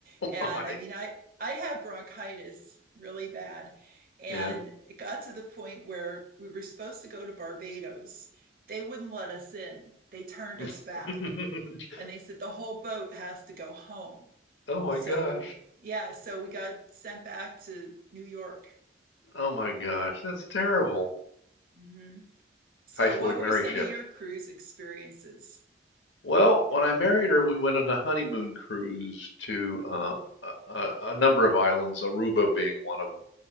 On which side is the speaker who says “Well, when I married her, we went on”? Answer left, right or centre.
Left